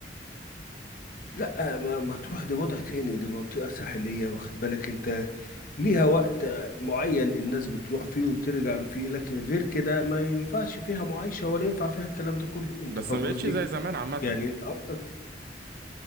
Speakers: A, on the left; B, on the right.
A: لا ما, ما تروح ده وضع تاني دي منطقة ساحلية واخد بالك انت ليها وقت آه، معين الناس بتروح فيه وبترجع فيه لكن غير كده ما ينفعش فيها معايشة ولا ينفع فيها الكلام ده كله انت
B: بس
A: فاهم
B: ما
A: قصدي
B: بقتش زي زمان عامة
A: يعني انت قصدك